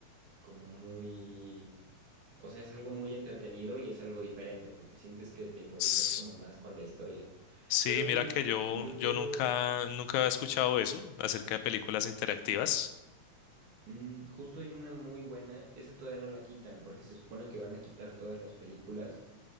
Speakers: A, on the right; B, on the left.
A: como muy... O sea, es algo muy entretenido y es algo diferente porque sientes que te involucras
B: S-
A: como más con la historia.
B: Sí,
A: Pero oye,
B: mira que yo,
A: yo quiero,
B: yo nunca, nunca he escuchado eso acerca de películas interactivas.
A: mm, justo hay una muy buena, esa todavía no la quitan porque se supone que van a quitar todas las películas,